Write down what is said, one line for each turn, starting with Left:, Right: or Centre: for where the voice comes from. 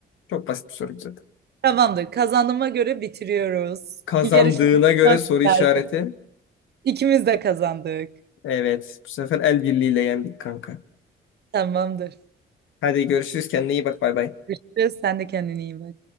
Left: Çok basit bir soru zaten.
Right: Tamamdır. Kazandığıma göre bitiriyoruz.
Left: Kazandığına
Right: Yarışma çok
Left: göre soru işareti.
Right: güzeldi. İkimiz de kazandık.
Left: Evet. Bu sefer el birliğiyle yendik kanka.
Right: Tamamdır.
Left: Hadi görüşürüz. Kendine iyi bak. Bay bay.
Right: Görüşürüz. Sen de kendine iyi bak.